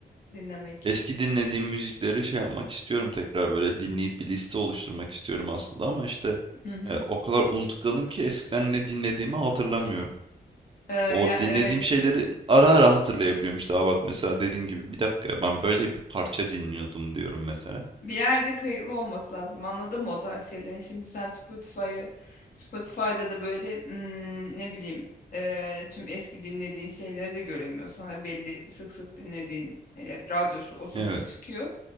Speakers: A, on the left; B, on the right.
A: dinlemek.
B: Eski dinlediğim müzikleri şey yapmak istiyorum tekrar böyle dinleyip bir liste oluşturmak istiyorum aslında ama işte
A: Hı hı.
B: e, o kadar unutkanım ki eskiden ne dinlediğimi hatırlamıyorum.
A: Ee,
B: O
A: ya
B: dinlediğim
A: evet
B: şeyleri ara ara hatırlayabiliyorum işte. Aa bak mesela dediğin gibi bir dakika ben böyle bir parça dinliyordum diyorum mesela.
A: Bir yerde kayıtlı olması lazım. Anladın mı o tarz şeylerin? Şimdi sen Spotify'ı Spotify'da da böyle hmm, ne bileyim eee, tüm eski dinlediğin şeyleri de göremiyorsun. Hani belli sık sık dinlediğin e, radyosu osu
B: Evet.
A: busu çıkıyor.